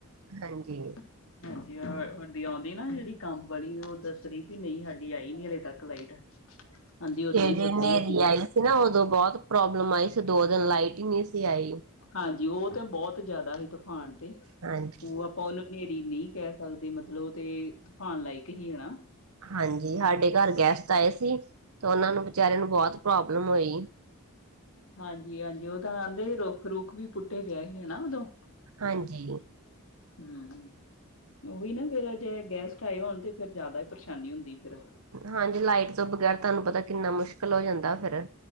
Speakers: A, on the right; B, on the left.
A: ਹਾਂਜੀ।
B: <inaudible> ਸਾਡੀ ਆਉਂਦੀ ਨਾ ਜਿਹੜੀ ਕੰਮ ਵਾਲੀ ਉਹ ਦੱਸ ਰੀ ਵੀ ਨਹੀਂ ਸਾਡੀ ਆਈ ਨੀ ਹਲੇ ਤੱਕ ਲਾਈਟ ਕਹਿੰਦੀ ਓਦਾਂ
A: ਜਿਹੜੀ
B: ਹੀ ਸੁੱਤੇ
A: ਹਨੇਰੀ
B: ਅਸੀਂ
A: ਆਈ ਸੀ ਨਾ ਉਦੋਂ ਬਹੁਤ ਪ੍ਰੋਬਲਮ ਆਈ ਸੀ ਦੋ ਦਿਨ ਲਾਈਟ ਹੀ ਨਹੀਂ ਸੀ ਆਈ
B: ਹਾਂਜੀ ਉਹ ਤਾਂ ਬਹੁਤ ਜ਼ਿਆਦਾ ਸੀ ਤੂਫਾਨ ਤੇ
A: ਹਾਂਜੀ
B: ਉਹ ਫੁਲ ਹਨੇਰੀ ਮੀਂਹ ਕਹਿ ਸਕਦੇ ਮਤਲਬ ਤੇ ਤੂਫਾਨ ਲਾਇਕ ਸੀ ਹੈਨਾ
A: ਹਾਂਜੀ ਸਾਡੇ ਘਰ ਗੈਸਟ ਆਏ ਸੀ ਤੇ ਉਹਨਾਂ ਨੂੰ ਵਿਚਾਰੇ ਨੂੰ ਬਹੁਤ ਪ੍ਰੋਬਲਮ ਹੋਈ
B: ਹਾਂਜੀ-ਹਾਂਜੀ ਉਹ ਤਾਂ ਕਹਿੰਦੇ ਰੋਖ ਰੁੱਖ ਵੀ ਪੁੱਟੇ ਗਏ ਸੀ ਹਨਾ ਉਦੋਂ
A: ਹਾਂਜੀ
B: ਹੂੰ ਹੂੰ, ਉਹੀ ਨਾ ਫਿਰ ਜੇ ਗੈਸਟ ਆਏ ਹੋਣ ਤੇ ਫਿਰ ਜਿਆਦਾ ਹੀ ਪਰੇਸ਼ਾਨੀ ਹੁੰਦੀ ਫਿਰ।
A: ਹਾਂਜੀ ਲਾਈਟ ਤੋ ਬਗੈਰ ਤੁਹਾਨੂੰ ਪਤਾ, ਕਿੰਨਾ ਮੁਸ਼ਕਿਲ ਹੋ ਜਾਂਦਾ ਫਿਰ।